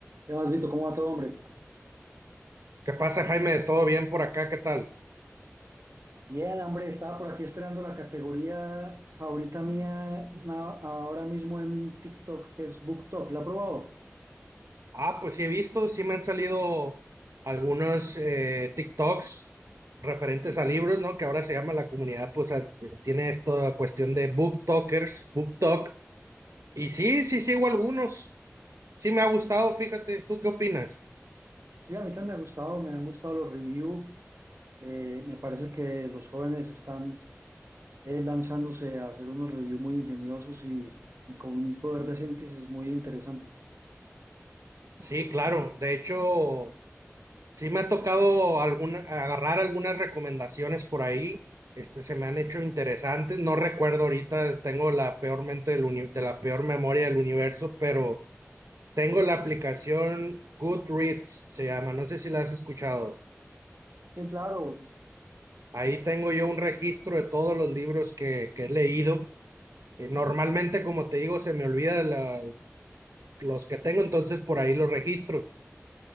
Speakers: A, on the right; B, on the right.
A: ¿Qué más, Vito? ¿Cómo va todo, hombre?
B: ¿Qué pasa, Jaime? ¿Todo bien por acá? ¿Qué tal?
A: Bien, hombre, estaba por aquí estrenando la categoría favorita mía na- ahora mismo en TikTok, que es BookTok. ¿La ha probado?
B: Ah, pues sí he visto, sí me han salido algunos eh, TikToks referentes a libros, ¿no? Que ahora se llama la comunidad, pues al- tiene esta cuestión de booktalkers, booktalk. Y sí, sí sigo algunos. Sí me ha gustado, fíjate. ¿Tú qué opinas?
A: Sí, a mí también me ha gustado, me han gustado los reviews. me parece que los jóvenes están eh, lanzándose a hacer unos reviews muy ingeniosos y, y con un poder de síntesis muy interesante.
B: Sí, claro. De hecho, Sí me ha tocado alguna- agarrar algunas recomendaciones por ahí. Este, se me han hecho interesantes. No recuerdo ahorita, tengo la peor mente del uni- de la peor memoria del universo, pero tengo la aplicación Goodreads, se llama. No sé si la has escuchado.
A: Sí, claro,
B: Ahí tengo yo un registro de todos los libros que, que he leído. Eh, normalmente, como te digo, se me olvida la- los que tengo, entonces por ahí los registro.